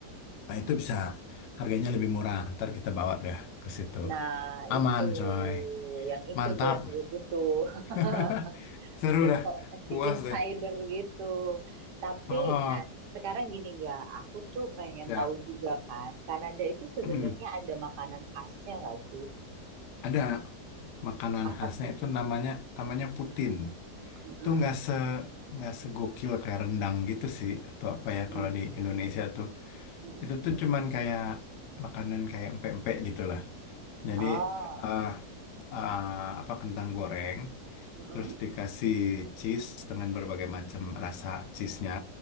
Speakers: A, on the left (about 85°); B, on the right (about 80°).
A: Nah, itu bisa harganya lebih murah. Ntar kita bawa deh ke situ.
B: Nah,
A: Aman,
B: itu
A: coy.
B: yang itu
A: Mantap.
B: tuh yang gue butuh. <laughs>
A: <laughs> Seru
B: informasi
A: dah. Puas
B: insider
A: deh.
B: gitu. Tapi,
A: Oh, oh.
B: nah sekarang gini nggak, aku tuh pengen
A: siap.
B: tahu
A: <clears throat>
B: juga kan, Kanada itu sebenarnya
A: Mm.
B: ada makanan khasnya nggak sih?
A: Ada makanan
B: Apa
A: khasnya
B: tuh?
A: itu namanya namanya Putin.
B: Mm-mm.
A: tuh nggak se nggak segokil kayak rendang gitu sih atau apa
B: Mm-mm,
A: ya kalau di Indonesia tuh
B: mm-mm,
A: itu tuh cuman kayak makanan kayak empek-empek gitu lah jadi
B: Oh,
A: eh eh, apa kentang goreng
B: mm-mm,
A: terus dikasih cheese dengan berbagai macam rasa cheese-nya